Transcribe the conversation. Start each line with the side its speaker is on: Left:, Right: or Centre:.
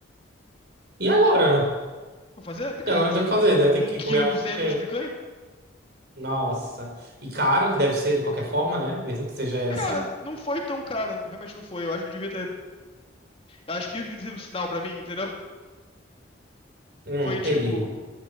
Right: E agora?
Left: Vou fazer picanha,
Right: E agora
Left: fazer
Right: tem
Left: o
Right: que
Left: quê?
Right: fazer, né? Tem
Left: Um
Right: que
Left: quilo
Right: comer a...
Left: e duzentos
Right: porque-
Left: de picanha?
Right: Nossa. E caro que deve ser de qualquer forma, né? Mesmo que seja essa.
Left: Cara, não foi tão caro, realmente não foi. Eu acho que eu devia ter. Eu acho que isso devia ter sido um sinal pra mim, entendeu?
Right: Hum,
Left: Foi
Right: entendi.
Left: tipo.